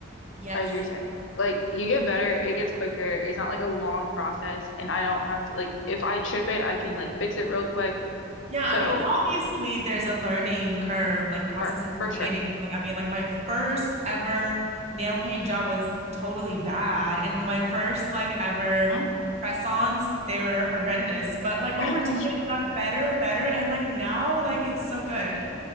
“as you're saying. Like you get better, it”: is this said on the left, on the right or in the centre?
Left